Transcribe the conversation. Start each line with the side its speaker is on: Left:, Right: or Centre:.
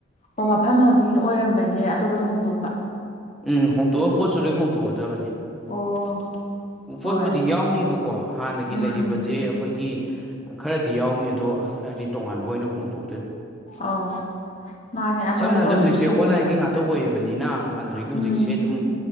Left: ꯑꯣ ꯃꯐꯝ ꯍꯧꯖꯤꯛ ꯑꯣꯏꯔꯝꯕꯁꯦ ꯑꯇꯣꯞꯄꯗ ꯍꯣꯡꯗꯣꯛꯄ
Centre: ꯎꯝ ꯍꯣꯡꯇꯣꯛꯑ ꯄꯣꯠꯁꯨ ꯂꯣꯏ ꯍꯣꯡꯇꯣꯛꯑꯗꯕꯅꯤ
Left: ꯑꯣ ꯍꯣꯏ
Centre: ꯄꯣꯠꯄꯨꯗꯤ ꯌꯥꯎꯅꯤꯕꯣ ꯀꯣ ꯍꯥꯟꯅꯒꯤ
Left: ꯎꯝ
Centre: ꯂꯩꯔꯤꯕꯁꯦ ꯑꯩꯈꯣꯏꯒꯤ ꯈꯔꯗꯤ ꯌꯥꯎꯅꯤ ꯑꯗꯣ ꯍꯥꯏꯗꯤ ꯇꯣꯉꯥꯟꯕ ꯑꯣꯏꯅ ꯐꯣꯡꯗꯣꯛ
Left: ꯑꯧ ꯃꯥꯅꯦ ꯑꯅꯧꯕ
Centre: ꯁꯝꯅ ꯍꯥꯏꯔꯕꯗ
Left: ꯑꯗꯨꯝ
Centre: ꯍꯧꯖꯤꯛꯁꯦ ꯑꯣꯟꯂꯥꯏꯟꯒꯤ
Left: ꯀꯩꯅꯣ ꯇꯧꯕ
Centre: ꯉꯥꯛꯇ ꯑꯣꯏꯔꯤꯕꯅꯤꯅ ꯑꯗꯨꯗꯒꯤ ꯍꯧꯖꯤꯛꯁꯦ
Left: ꯎꯝ
Centre: ꯑꯗꯨꯝ